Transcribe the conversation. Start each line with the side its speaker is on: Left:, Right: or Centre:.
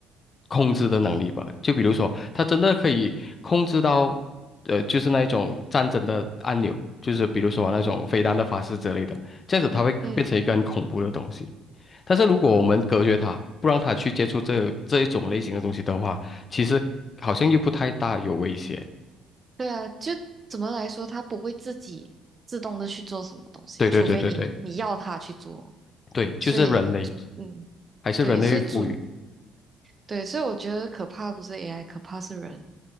Left: 控制的能力吧，就比如说它真的可以控制到，呃，就是那一种战争的按钮，就是比如说那种飞弹的发射之类的，这样子它会变成一个很恐怖的东西。
Right: 嗯，
Left: 但是如果我们隔绝它，不让它去接触这这一种类型的东西的话，其实好像又不太大有威胁。
Right: 对啊，就怎么来说，它不会自己自动的去做什么东西，
Left: 对对对对对
Right: 除非你你要它去做。
Left: 对，就是人类，
Right: 所以，嗯，
Left: 还是人类赋予，
Right: 对，所以主对，所以我觉得可怕不是 AI，可怕是人。